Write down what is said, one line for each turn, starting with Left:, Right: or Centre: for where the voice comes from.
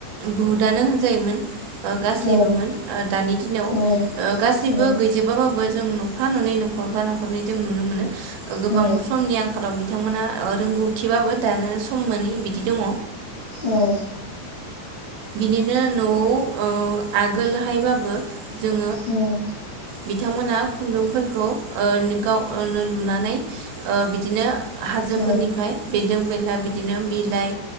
Right: बुहुदआनो होनजायोमोन ओ गासैबोमोन
Left: औ
Right: ओ दानि दिनाव ओ
Left: औ
Right: गासैबो
Left: औ
Right: गैजोबा बाबो जों नफा ननै न'खर नफा नखरनै जों नु मोनो ओ गोबां
Left: औ
Right: समनि आंखालाव बिथांमोना ओ रोंगौथिबाबो दानो सम मोनोनि बिदि दङ
Left: औ
Right: बिदिनो न'आव ओ आगोलहायबाबो जों
Left: औ
Right: बिथांमोना खुन्दुंफोरखौ ओ गावनो लुनानै ओ बिदिनो हाजोफोरनिफ्राय
Left: औ
Right: बे नदों बेनला बे बिदिनो बिलाइ